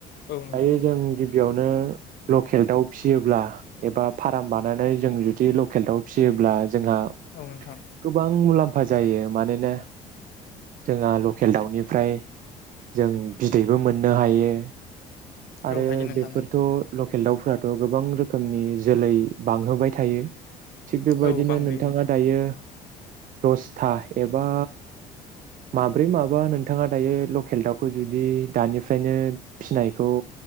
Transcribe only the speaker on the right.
दायो
जों गिबियाव नो लकेल दाउ फिसियोब्ला एबा फार्म बानायनानै जों जुदि लकेल दाउ फिसियोब्ला जोंहा
गोबां मुलाम मुलामफा जायो मानोना जोंहा लकेल दाउनिफ्राय जों बिदैबो मोननो हायो। आरो
बेफोरथ'
लकेल दाउफोराथ' गोबां रोखोमनि जोलै बांहोबाय थायो। थिग बेबायदिनो
नोंथाङा
दायो दसथा एबा माब्रै माबा नोंथाङा दायो लकेल दाउखौ जुदि दानिफ्रायनो फिसिनायखौ